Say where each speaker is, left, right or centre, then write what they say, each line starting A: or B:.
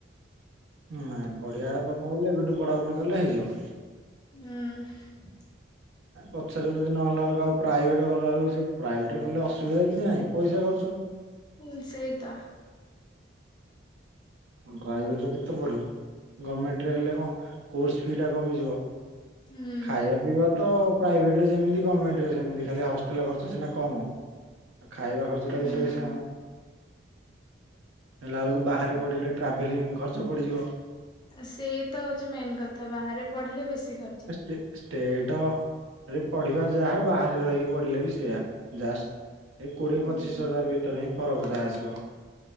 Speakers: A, on the right; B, on the left.
A: ନାଇଁ ପଢିଆର କଥା ବଲେ ଏବେଠୁ ପଢାପଢି କଲେ ହେଇଯିବ।
B: ହୁଁ।
A: ପଛରେ ଯଦି ନହଲା ବେଳକୁ ଆଉ ପ୍ରାଇଭେଟ ଗଲାବେଳକୁ ସେ ପ୍ରାଇଭେଟରେ କଲେ ଅୁସୁବିଧା କିଛି ନାହିଁ ପଇସା ଖର୍ଚ୍ଚ।
B: ମୁଁ ଲି ସେଇତ।
A: ପ୍ରାଇଭେଟରେ କେତେ ପଢ଼ିବ ଗମେଣ୍ଟରେ ହେଲେ କଣ କୋର୍ସ ଫି ଟା କମିଯିବ।
B: ହୁଁ
A: ଖାଇବା ପିଇବା ତ ପ୍ରାଇଭେଟ ରେ ଯେମିତି ଗମେଣ୍ଟ ରେ ସେମିତି ଖାଲି ହଷ୍ଟେଲ ଖର୍ଚ୍ଚ ସିନା କମ। ଖାଇବା ଖର୍ଚ୍ଚ
B: ହୁଁ
A: ଟା ବି ସେଇ ସେମ। ହେଲା ବେଳକୁ ବାହାରେ ପଢିଲେ ଟ୍ରାଭେଲିଂ ଖର୍ଚ୍ଚ ପଡ଼ିଯିବ।
B: ସେଇ ତ ହଉଛି ମେନ୍ କଥା ବାହାରେ ପଢିଲେ ବେଶି ଖର୍ଚ୍ଚ।
A: ଟେ ଷ୍ଟେଟ ରେ ପଢ଼ିବା ଯାହା ବାହାରେ ରହିକି ପଢିଲେ ବି ସେୟା ଜା ସ୍ ଏ କୋଡ଼ିଏ
B: ହୁଁ
A: ପଚିଶି ହଜାର ଭିତରେ ହିଁ ଫରକ ଯାହା ଆସିବ।